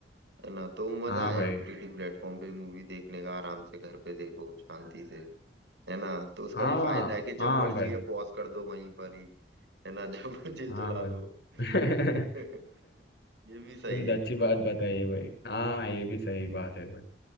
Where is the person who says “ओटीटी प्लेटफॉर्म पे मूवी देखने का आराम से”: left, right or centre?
Right